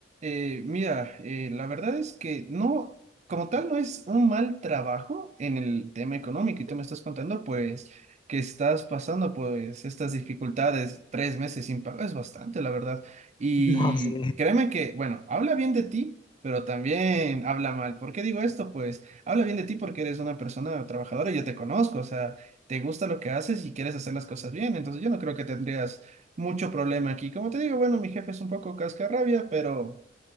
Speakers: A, on the right (about 40°); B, on the left (about 25°).
A: Eh, mira, eh, la verdad es que no, como tal, no es un mal trabajo en el tema económico y tú me estás contando, pues, que estás pasando, pues, estas dificultades, tres meses sin pago, es bastante, la verdad. Y
B: <laughs> No, sí,
A: créeme que, bueno, habla bien de ti, pero también habla mal. ¿Por qué digo esto? Pues, habla bien de ti porque eres una persona trabajadora y yo te conozco, o sea, te gusta lo que haces y quieres hacer las cosas bien, entonces yo no creo que tendrías mucho problema aquí. Como te digo, bueno, mi jefe es un poco cascarrabia, pero